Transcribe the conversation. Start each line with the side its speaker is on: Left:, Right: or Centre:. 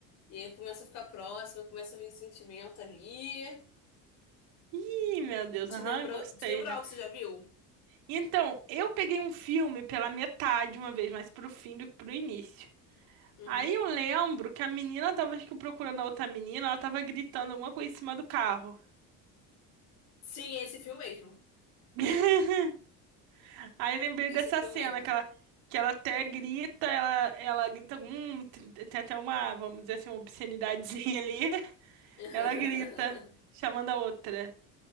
Left: E aí começa a ficar próxima, começa a vir um sentimento ali.
Right: Ih, meu Deus,
Left: Te
Right: aham,
Left: lembra,
Right: gostei.
Left: te lembra
Right: né?
Left: algo que você já viu?
Right: Então, eu peguei um filme pela metade uma vez, mas pro fim do que pro início.
Left: Uhum.
Right: Aí eu lembro que a menina tava, acho que procurando a outra menina, ela tava gritando alguma coisa em cima do carro.
Left: Sim, é esse filme mesmo.
Right: <laughs> Aí eu lembrei
Left: Esse
Right: dessa
Left: é filme
Right: cena
Left: mesmo.
Right: que ela, que ela até grita, ela, ela grita, hum, tem tem até uma, vamos dizer assim, uma obscenidadezinha ali. <laughs>
Left: <laughs>
Right: Ela grita, chamando a outra,